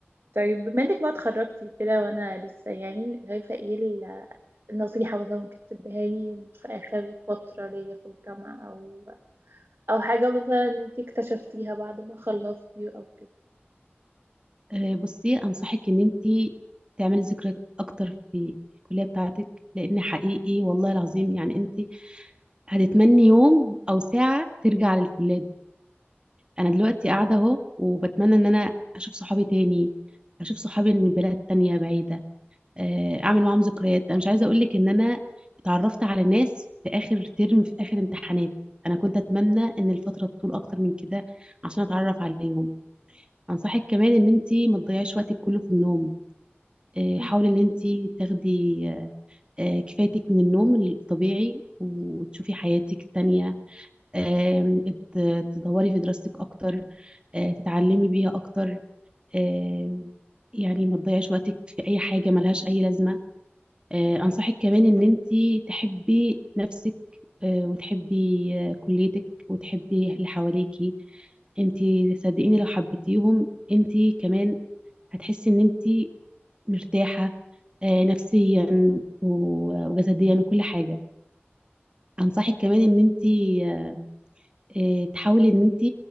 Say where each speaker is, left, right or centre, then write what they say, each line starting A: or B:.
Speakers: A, on the right; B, on the right.
A: طيب بما انك ما اتخرجتي وكده وانا لسه يعني شايفه ايه ال- النصيحه مثلا ممكن تديها لي في اخر فتره ليا في الجامعه او او حاجه مثلا انتي اكتشفتيها بعد ما خلصتي او
B: آه، بصي انصحك ان انت تعملي ذكريات اكتر في الكليه بتاعتك لان حقيقي والله العظيم يعني انت هتتمني يوم او ساعه ترجع للكليه دي انا دلوقتي قاعده اهو وبتمنى ان انا اشوف صحابي تاني اشوف صحابي من بلاد تانية بعيده آه، اعمل معاهم ذكريات انا مش عايزه اقول لك ان انا اتعرفت على ناس في اخر ترم في اخر امتحانات انا كنت اتمنى ان الفتره تطول اكتر من كده عشان اتعرف عليهم انصحك كمان ان انت ما تضيعيش وقتك كله في النوم آه،
A: كده
B: حاولي ان انت تاخدي آه، آه، كفايتك من النوم الطبيعي وتشوفي حياتك التانية آم، ت- تدوري في دراستك اكتر آه، تتعلمي بيها اكتر آم، يعني ما تضيعيش وقتك في اي حاجة ملهاش اي لازمة آه، انصحك كمان ان انت تحبي نفسك آه، وتحبي آه، كليتك وتحبي اللي حواليكي انت صدقيني لو حبيتيهم انت كمان هتحسي ان انت مرتاحة آه، نفسيا و- وجسديا وكل حاجة أنصحك كمان إن أنت آه، آه، تحاولي إن أنت